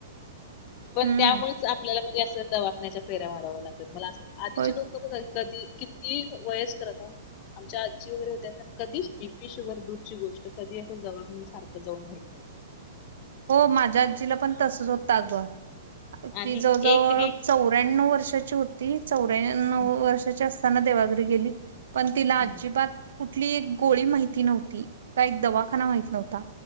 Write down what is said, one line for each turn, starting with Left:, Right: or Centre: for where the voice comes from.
Left: पण
Right: हम्म
Left: त्यामुळेच आपल्याला म्हणजे असं दवाखान्याच्या फेऱ्या माराव्या लाग मला अस वा आधीची
Right: होय
Left: लोक बघा कधी किती वयस्कर आता आमच्या आजी वगैरे होत्या कधीच बीपी शुगर दूरची गोष्ट कधी असं दवाखान्यात सारखं जाऊन माहीत नाहीत.
Right: हो माझ्या आजीला पण तसचं होतं अगं.
Left: आणि
Right: ती जवळजवळ
Left: एक ही
Right: चौऱ्याण्णव वर्षाची होती चौऱन
Left: <inaudible>
Right: वर्षाची असताना देवाघरी गेली पण तिला
Left: हम्म,
Right: अजिबात कुठली एक गोळी माहिती नव्हती का एक दवाखाना माहीत नव्हता